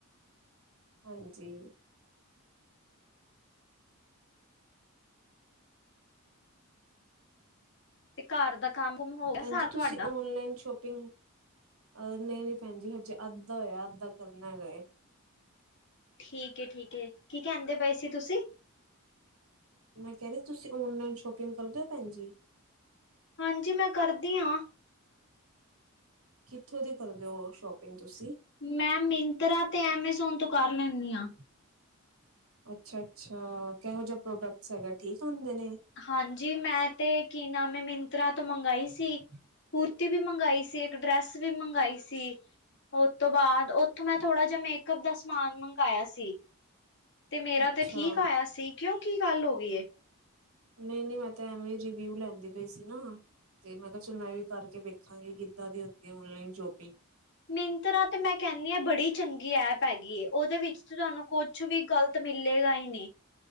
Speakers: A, on the right; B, on the left.
A: ਹਾਂਜੀ।
B: ਤੇ ਘਰ ਦਾ ਕੰਮ-ਕੁੰਮ ਹੋ। ਗਿਆ
A: ਭੈਣ
B: ਸਾਰਾ
A: ਜੀ ਤੁਸੀਂ
B: ਤੁਹਾਡਾ
A: ਓਨਲਾਈਨ ਸ਼ੋਪਿੰਗ ਅਹ ਨਈ-ਨਈ ਭੈਣ ਜੀ ਹਜੇ ਅੱਧਾ ਹੋਇਆ ਅੱਧਾ ਕਰਨਾ ਵੇ ਏ।
B: ਠੀਕ ਏ- ਠੀਕ ਏ ਕੀ ਕੈਂਦੇ ਪਏ ਸੀ ਤੁਸੀਂ?
A: ਮੈਂ ਕਹਿ ਰਹੀ ਤੁਸੀਂ ਔਨਲਾਈਨ ਸ਼ੋਪਿੰਗ ਕਰਦੇ ਹੋ ਭੈਣ ਜੀ?
B: ਹਾਂਜੀ ਮੈਂ ਕਰਦੀ ਆਂ।
A: ਕਿੱਥੋਂ ਦੀ ਕਰਦੇ ਓ ਸੌਪਿੰਗ ਤੁਸੀਂ?
B: ਮੈਂ ਮਿੰਤਰਾ ਤੇ ਐਮਾਜ਼ੋਨ ਤੋਂ ਕਰ ਲੈਂਨੀ ਆਂ।
A: ਅੱਛਾ- ਅੱਛਾ ਕਿਹੋ ਜਿਹਾ ਪ੍ਰੋਡਕਟਸ ਹੈਗੇ ਠੀਕ ਆਂਦੇ ਨੇਂ?
B: ਹਾਂਜੀ ਮੈਂ ਤੇ ਕੀ ਨਾਮ ਏ ਮਿੰਤਰਾ ਤੋਂ ਮੰਗਾਈ ਸੀ। ਕੁੁਰਤੀ ਵੀ ਮੰਗਾਈ ਸੀ। ਇੱਕ ਡਰੈਸ ਵੀ ਮੰਗਾਈ ਸੀ। ਉਸ ਤੋਂ ਬਾਅਦ ਉੱਥੋਂ ਮੈਂ ਥੋੜਾ ਜਿਹਾ ਮੇਕਅਪ ਦਾ ਸਮਾਨ ਮੰਗਾਇਆ ਸੀ। 'ਤੇ ਮੇਰਾ
A: ਅੱਛਾ
B: ਤੇ ਠੀਕ ਆਇਆ ਸੀ, ਕਿਉਂ ਕੀ ਗੱਲ ਹੋ ਗਈ ਏ?
A: ਨਹੀਂ-ਨਹੀਂ ਮੈਂ ਤਾਂ ਐਵੇਂ ਰਿਵਿਊ ਲੈਂਦੀ ਪਈ ਸੀ ਨਾ। 'ਤੇ ਮੈਂ ਕਿਹਾ ਚਲੋ ਮੈਂ ਵੀ ਕਰਕੇ ਵੇਖਾਂਗੀ ਕਿੱਦਾਂ ਦੀ ਹੁੰਦੀ ਔਨਲਾਈਨ ਸ਼ੋਪਿੰਗ।
B: ਮਿੰਤਰਾ ਤੇ ਮੈਂ ਕਹਿੰਦੀ ਹ ਬੜੀ ਚੰਗੀ ਐਪ ਹੈਗੀ ਉਹਦੇ ਵਿੱਚ ਤੇ ਤੁਹਾਨੂੰ ਕੁ ਕੁਛ ਵੀ ਗ਼ਲਤ ਮਿਲੇਗਾ ਹੀ ਨਹੀਂ,